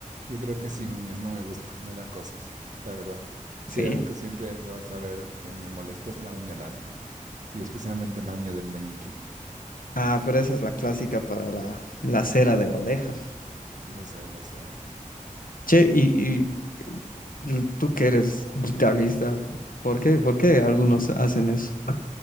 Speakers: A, on the right (about 65°); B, on the left (about 80°).
A: Yo creo que sin uñas no me gusta, <laughs> me da cosas, la verdad. Si
B: ¿sí?
A: hay algo que siempre me vas a ver que me molesta es la uña larga, y especialmente la uña del meñique.
B: Ah, pero esa es la clásica para la, la cera de la oreja.
A: Lo sé, lo sé,
B: Che, y, y, eh, tú que eres guitarrista, ¿por qué? ¿Por qué algunos hacen eso?